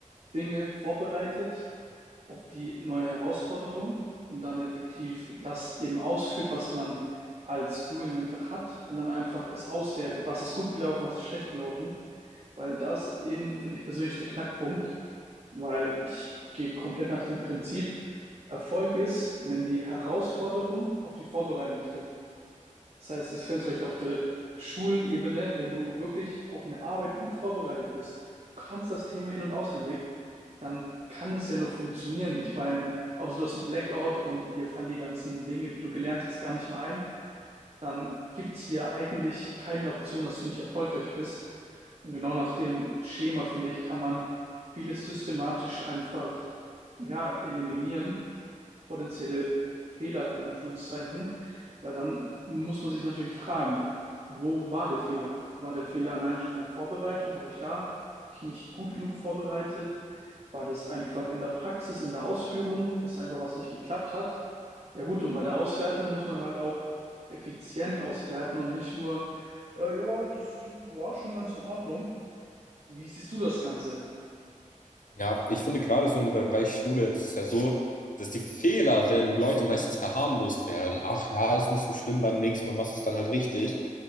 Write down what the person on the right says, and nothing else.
Dinge vorbereitet auf die neue Herausforderung und dann effektiv das eben ausführt, was man als Doing einfach hat und dann einfach es auswertet, was ist gut gelaufen, was ist schlecht gelaufen weil das eben, finde ich persönlich, der Knackpunkt, weil ich gehe komplett nach dem Prinzip, Erfolg ist, wenn die Herausforderung auf die Vorbereitung trifft. Das heißt, das kannst du vielleicht auf der Schulebene, wenn du wirklich auf eine Arbeit gut vorbereitet bist, du kannst das Thema in- und auswendig, dann kann es ja nur funktionieren. Ich meine, außer du hast einen Blackout und dir fallen die ganzen Dinge, die du gelernt hast, gar nicht mehr ein dann gibt's ja eigentlich keine Option, dass du nicht erfolgreich bist. Und genau nach dem Schema, finde ich, kann man vieles systematisch einfach, ja, eliminieren, potenzielle Fehler in Anführungszeichen, weil dann muss man sich natürlich fragen, wo war der Fehler? War der Fehler allein schon in der Vorbereitung? Habe ich da mich nicht gut genug vorbereitet? War das einfach in der Praxis, in der Ausführung, dass einfach was nicht geklappt hat? Ja gut, und bei der Auswertung muss man halt auch effizient auswerten und nicht nur, äh, ja, das war schon ganz in Ordnung. Wie siehst du das Ganze?